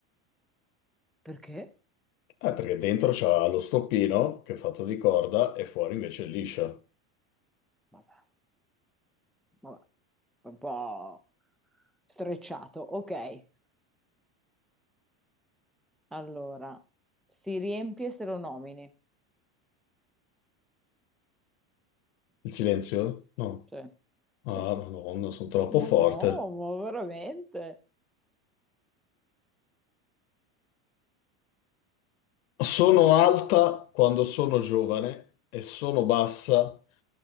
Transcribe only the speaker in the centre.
Perché?
Vabbè, vabbè, un po' strecciato. Ok, allora, si riempie se lo nomini.
Sì,
sì.
Ma
no, ma veramente?